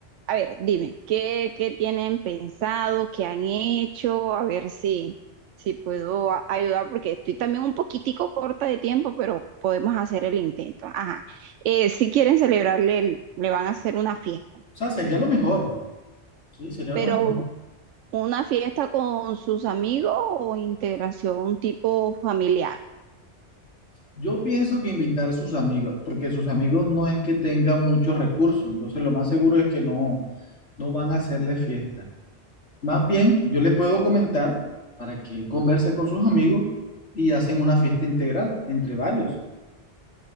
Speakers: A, on the right (about 85°); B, on the left (about 75°).
A: a ver, dime, ¿qué, qué tienen pensado, qué han hecho? A ver si, si puedo a- ayudar, porque estoy también un poquitico corta de tiempo, pero podemos hacer el intento. Ajá. Eh, si quieren celebrarle, el- le van a hacer una fiesta,
B: sea, sería lo mejor. Sí, sería
A: pero
B: lo mejor.
A: ¿una fiesta con sus amigos o integración tipo familiar?
B: Yo pienso que invitar a sus amigos, porque sus amigos no es que tengan muchos recursos, entonces lo más seguro es que no, no van a hacerle fiesta. Más bien, yo le puedo comentar para que él converse con sus amigos y hacen una fiesta integral entre varios.